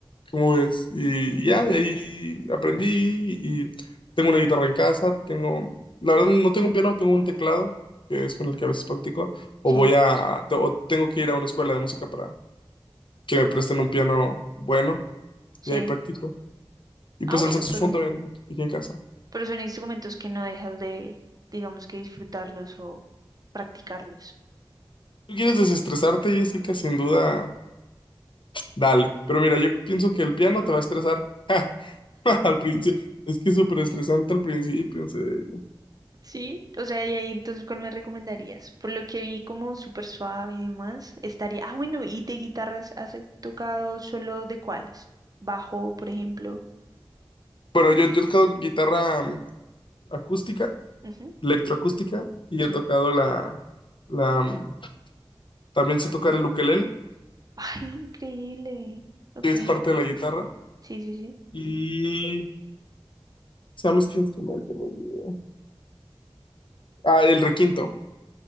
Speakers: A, on the left; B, on the right.
A: ¿Cómo ves? Y ya de ahí aprendí y tengo una guitarra en casa, tengo, la verdad no tengo un piano, tengo un teclado, que es con el que a veces practico, o
B: Sí,
A: voy a, te- o tengo que ir a una escuela de música para que me presten un piano bueno
B: sí.
A: y ahí practico. Y
B: Ah,
A: pues
B: bueno,
A: el saxofón
B: pero,
A: también aquí, aquí en casa.
B: pero son instrumentos que no dejas de, digamos que disfrutarlos o practicarlos.
A: ¿Tú quieres desestresarte, Jessica? Sin duda, dale. Pero mira, yo pienso que el piano te va a estresar. <laughs> <laughs> Al principio, es que es súper estresante al principio, en serio.
B: Sí, o sea, y ahí entonces, ¿cuál me recomendarías? Por lo que vi como súper suave y demás, estaría... Ah, bueno, ¿y de guitarras has tocado solo de cuáles? Bajo, por ejemplo.
A: Bueno, yo, yo he tocado guitarra mm, acústica,
B: Ujú,
A: electroacústica, y
B: sí.
A: he tocado la, la, mm, también sé tocar el ukelele,
B: <laughs> Ay, increíble. Ok,
A: que es parte de la guitarra,
B: sí, sí, sí.
A: y se llama este instrumento, no me olvidé. Ah, el requinto,